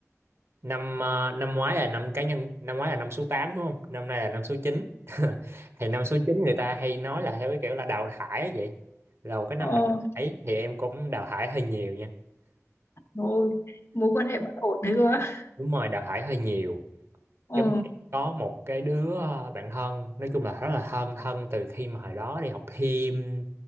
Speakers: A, on the right; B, on the left.
A: năm ờ, năm ngoái là năm cá nhân năm ngoái là năm số 8 đúng không năm nay là năm số chín <laughs> thì năm số 9 người ta hay nói là theo cái kiểu là đào thải á vậy là một cái năm
B: Ồ,
A: đào thải thì em cũng đào thải hơi nhiều nha
B: rồi, mối quan hệ bất ổn thế cơ á.
A: đúng rồi đào thải hơi nhiều
B: Ồ,
A: giống như em có một cái đứa ờ, bạn thân nói chung là rất là thân thân từ khi mà hồi đó đi học thêm